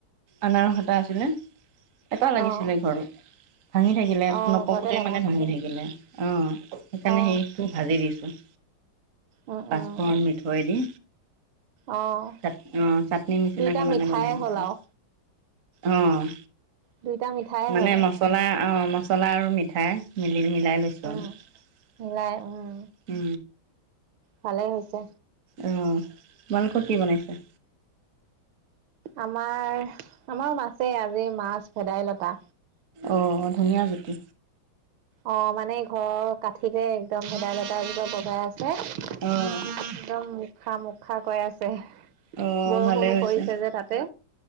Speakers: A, on the right; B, on the right.
A: আনাৰস এটা আছিলে। এটা লাগিছিলে
B: অ'
A: ঘৰত। ভাঙি থাকিলে
B: অ'
A: নপকোতে
B: ঘৰতে লাগা
A: মানে ভাঙি থাকিলে অ', সেইকাৰণে
B: অ'
A: সেইটো ভাজি দিছো।
B: উম
A: পাঁচফোৰন
B: উম
A: মিঠৈ দি।
B: অ'
A: অ', চাটনিৰ নিচিনাকৈ
B: দুইটা
A: মানে
B: মিঠায়ে
A: বনাই দিছোঁ
B: হ'ল আৰু
A: অ'।
B: দুইটা মিঠায়ে
A: মানে
B: হ'ল।
A: মছলা অ', মছলা আৰু মিঠাই, মিলি মিলাই দিছো
B: উম
A: আৰু।
B: মিলাই উম ভালেই হৈছে।
A: অ', তোমালোকৰ কি বনাইছে?
B: আমাৰ, আমাৰো মাছেই আজি মাছ ভেদাইলতা।
A: অ', ধুনীয়া জুতি।
B: অ', মানে ঘৰৰ কাঠিতে একদম ভেদাইলতা এজোপা বগাই আছে একদম
A: অ'
B: মুখা মুখা কৈ আছে।
A: অ'
B: বৰষুণো
A: ভালে হৈছে।
B: পৰিছে যে তাতে